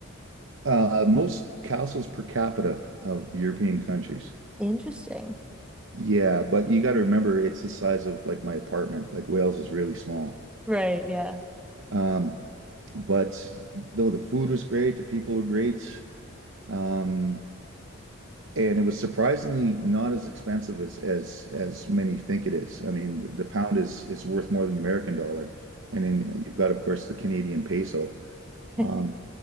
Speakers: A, on the right; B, in the centre.
A: Uh, most castles per capita of European countries,
B: Interesting.
A: yeah, but you got to remember it's the size of like my apartment. Like Wales is really small.
B: Right, yeah.
A: Um, but though the food was great, the people were great. Um, and it was surprisingly not as expensive as as as many think it is. I mean, the pound is is worth more than the American dollar. And then you've got, of course, the Canadian peso.
B: <laughs>
A: Um,